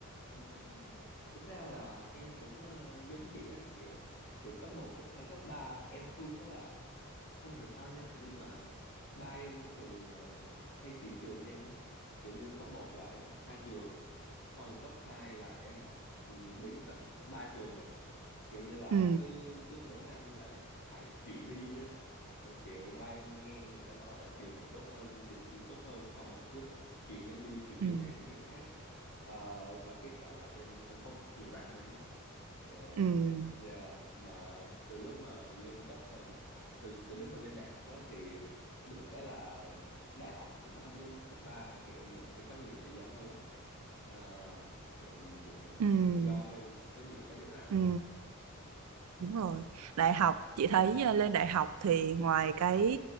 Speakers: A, on the left; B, on the right.
A: ừm, tính ra là em cũng ờ, giống chị á kiểu từ cấp một cấp 2 cấp 3 em xui cái là không hiểu sao nha nhưng mà ba em thường ờ, hay chuyển trường với em lắm kiểu như cấp một là em học hai trường sau rồi cấp 2 là em học ừm, đến tận ba trường lận kiểu như là
B: ừ
A: cứ cứ mỗi năm lại phải chuyển đi á rồi kiểu ba em nghe người ta nói là trường này tốt hơn xong trường kia tốt hơn xong rồi cứ phải chuyển em đi từ
B: ừ
A: trường này đến trường khác Ờ, và kết quả là em không có nhiều bạn mấy Ờ,
B: ừ
A: dạ, mà từ lúc mà lên cấp ờ, từ từ lúc mà lên đại học á thì được cái là đại học thì nó không giống cấp ba kiểu mình sẽ có nhiều thời gian hơn á Ờ, kiểu mình được ờ,
B: ừ
A: tự do hơn có nhiều cái để làm
B: ừ
A: hơn Ừ.
B: Đúng rồi. Đại học chị thấy à, lên đại học thì ngoài cái